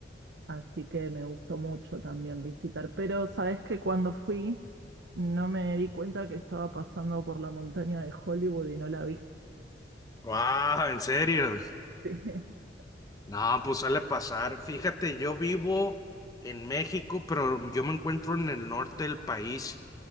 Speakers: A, on the right (about 75°); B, on the left (about 20°).
A: así que me gustó mucho también visitar. Pero sabes que cuando fui no me di cuenta que estaba pasando por la montaña de Hollywood y no la vi.
B: Wow, ¿en serio?
A: Sí, <laughs>
B: No, pues suele pasar. Fíjate, yo vivo en México, pero yo me encuentro en el norte del país.